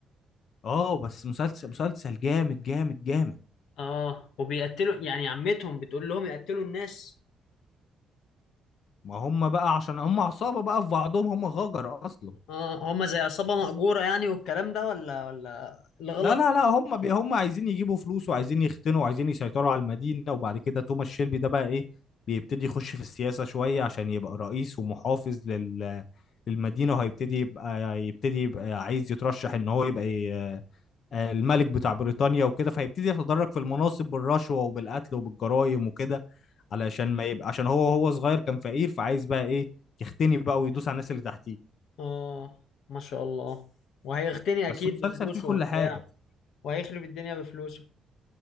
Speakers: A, on the left; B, on the left.
A: اه بس مسلسل مسلسل جامد جامد جامد
B: اه وبيقتلوا يعني عمتهم بتقول لهم يقتلوا الناس
A: ما هم بقى عشان هم عصابه بقى في بعضهم هم غجر اصلا
B: اه هما زي عصابة مأجورة يعني والكلام ده ولا ولا الغلط
A: لا لا لا هم بي هم عايزين يجيبوا فلوس وعايزين يختنوا وعايزين يسيطروا على المدينة وبعد كده توماس شيلبي ده بقى ايه بيبتدي يخش في السياسة شوية عشان يبقى رئيس ومحافظ لل للمدينة وهيبتدي يبقى يبتدي يبقى عايز يترشح ان هو يبقى ي- آه، الملك بتاع بريطانيا وكده فيبتدي يتدرج في المناصب بالرشوة وبالقتل وبالجرائم وكده علشان ما يبقى عشان هو هو صغير كان فقير فعايز بقى ايه يختني بقى ويدوس على الناس اللي تحتيه
B: اه ما شاء الله وهيغتني اكيد
A: بس مسلسل
B: بفلوسه
A: فيه كل
B: وبتاع
A: حاجة
B: وهيخرب الدنيا بفلوسه